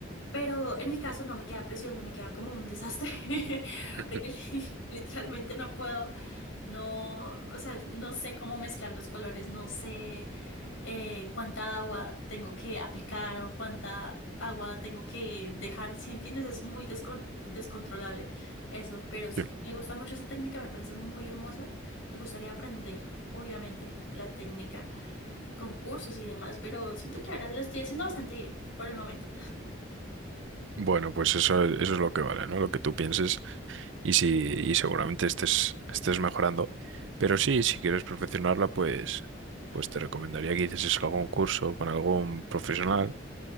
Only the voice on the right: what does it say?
<laughs>
Sí.
Bueno, pues eso, eso es lo que vale, ¿no? Lo que tú pienses y si, y seguramente estés, estés mejorando. Pero sí, si quieres perfeccionarla, pues, pues te recomendaría que hicieses algún curso con algún profesional